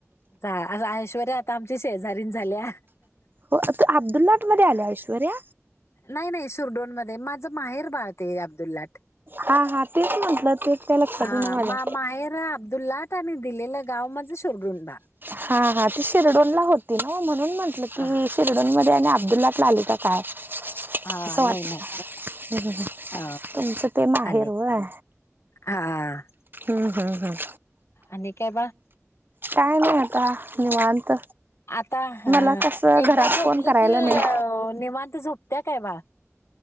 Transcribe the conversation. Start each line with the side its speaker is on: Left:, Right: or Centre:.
Left: आज ऐ श्वर्या आता आमची शेजारीन झाल्या.
Right: हो तू अब्दुल्लाट मध्ये आल्या ऐश्वर्या?
Left: नाही नाही शिरडोन मध्ये माझं माहेर बाळ ते अब्दुल्लाट.
Right: हा हा तेच म्हटलं तेच काय लक्षात
Left: हा
Right: येईना माझ्या
Left: मा माहेर अब्दुल्लाट आणि, दिलेलं गाव माझं शिरडून बा,
Right: हा हा ती शिरडोनला होती, नव्ह म्हणून म्हंटलं की
Left: हा
Right: शिरडोनमध्ये आणि अब्दुल्लाटला आली का, काय.
Left: हा,
Right: असं वाटलं
Left: नाही नाही अ
Right: तुमचं ते माहेर
Left: आणि
Right: होय.
Left: हा.
Right: हम् हम हम्
Left: आणि काय बाळ?
Right: काय नाही आता निवांत.
Left: आता हा
Right: मला कसं
Left: एकदा
Right: घरात
Left: झोपली
Right: फोन करायला
Left: की
Right: नाही
Left: निवांत झोप त्या काय बाळ?